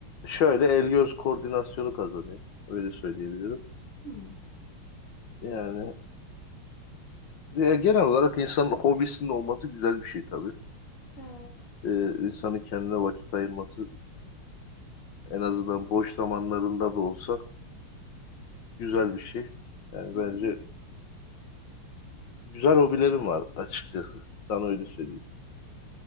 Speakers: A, on the left; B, on the left.
A: şöyle el göz koordinasyonu kazanıyor. Öyle söyleyebilirim.
B: Hmm,
A: Yani Ya genel olarak insanın hobisinin olması güzel bir şey tabii.
B: evet.
A: Ee, insanın kendine vakit ayırması en azından boş zamanlarında da olsa güzel bir şey. Yani
B: Hı
A: bence
B: hı.
A: güzel hobilerim var açıkçası. Sana öyle söyleyeyim.